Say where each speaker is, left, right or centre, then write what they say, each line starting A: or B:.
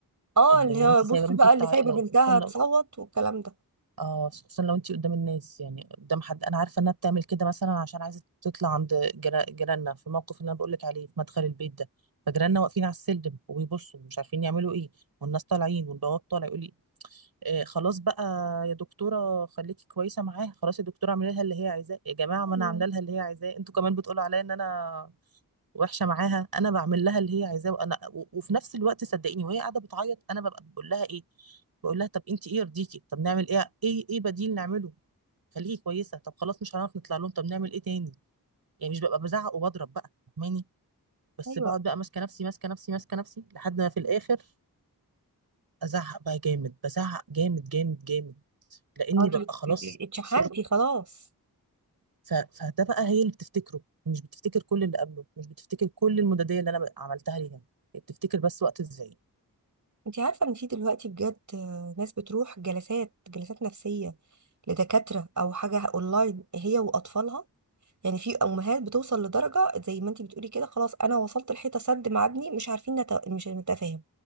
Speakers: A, on the right; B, on the right.
A: اه
B: اللي
A: اللي
B: هو
A: هو
B: انت
A: بصي
B: سايبه بنتك
A: بقى
B: تع...
A: اللي سايبة
B: لو
A: بنتها
B: خصوصا لو
A: تصوت والكلام ده
B: اه خصوصا لو انت قدام الناس يعني قدام حد انا عارفه انها بتعمل كده مثلا عشان عايزه تطلع عند جرا... جيراننا في الموقف اللي انا بقول لك عليه في مدخل البيت ده فجيراننا واقفين على السلم وبيبصوا مش عارفين يعملوا ايه والناس طالعين والبواب طالع يقول لي إيه خلاص بقى يا دكتورة خليكي كويسة معاها خلاص يا دكتورة اعملي لها اللي هي عايزاه يا جماعة
A: الله.
B: ما انا عاملة لها اللي هي عايزاه انتوا كمان بتقولوا عليا ان انا وحشة معاها انا بعمل لها اللي هي عايزاه وانا و- وفي نفس الوقت صدقيني وهي قاعدة بتعيط انا ببقى بقول لها ايه بقول لها طب انت ايه يرضيكي طب نعمل ايه ايه ايه بديل نعمله خليكي كويسة طب خلاص مش هنعرف نطلع لهم طب نعمل ايه تاني يعني مش ببقى بزعق وبضرب بقى فاهماني بس
A: ايوه
B: بقعد بقى ماسكة نفسي ماسكة نفسي ماسكة نفسي لحد ما في الاخر ازعق بقى جامد بزعق جامد جامد جامد لاني
A: ما هو انت
B: ببقى
A: مم. بت-
B: خلاص
A: بت- اتشحنتي
B: صرت
A: خلاص
B: ف... فده بقى هي اللي بتفتكره مش بتفتكر كل اللي قبله مش بتفتكر كل المدادية اللي انا بقى- عملتها ليها هي بتفتكر بس وقت ازاي
A: انت عارفة ان في دلوقتي بجد ناس بتروح جلسات جلسات نفسية لدكاترة او حاجة اونلاين هي واطفالها يعني في امهات بتوصل لدرجة زي ما انت بتقولي كده خلاص انا وصلت الحيطة سد مع ابني مش عارفين نت... مش نتفاهم